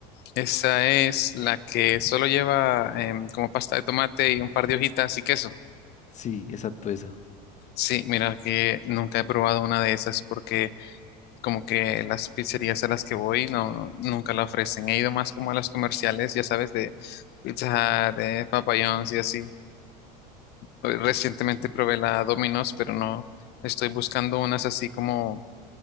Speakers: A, on the left; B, on the left.
A: esa es la que solo lleva em, como pasta de tomate y un par de hojitas y queso.
B: Sí, exacto, esa.
A: Sí, mira que nunca he probado una de esas porque como que las pizzerías a las que voy no nunca la ofrecen. He ido más como a las comerciales, ya sabes, de Pizza Hut, de Papa John's y así. Hoy Recientemente probé la Domino's, pero no estoy buscando unas así como